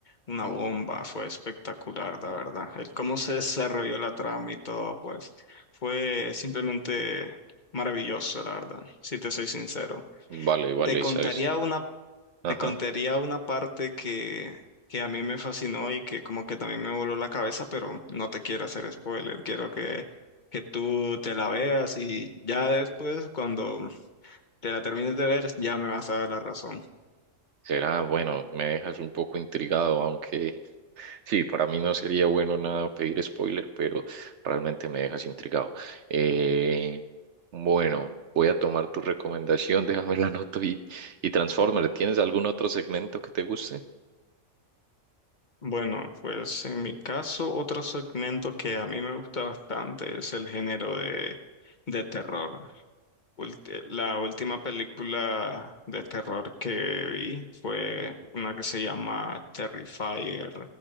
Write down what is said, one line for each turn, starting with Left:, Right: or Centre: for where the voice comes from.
Left: una bomba, fue espectacular, la verdad. El cómo se desarrolló la trama y todo, pues fue simplemente maravilloso, la verdad, si te soy sincero.
Right: Vale, vale,
Left: Te contaría
Right: sabes.
Left: una
Right: Ajá.
Left: te contaría una parte que, que a mí me fascinó y que como que también me voló la cabeza, pero no te quiero hacer spoiler, quiero que, que tú te la veas y ya después, cuando te la termines de ver, ya me vas a dar la razón.
Right: Será, bueno, me dejas un poco intrigado, aunque sí, para mí no sería bueno nada pedir spoiler, pero realmente me dejas intrigado. Eh, bueno, voy a tomar tu recomendación, <laughs> déjame la anoto y, y Transformer, ¿tienes algún otro segmento que te guste?
Left: Bueno, pues en mi caso, otro segmento que a mí me gusta bastante es el género de, de terror. ulti- La última película de terror que vi fue una que se llama Terrifier,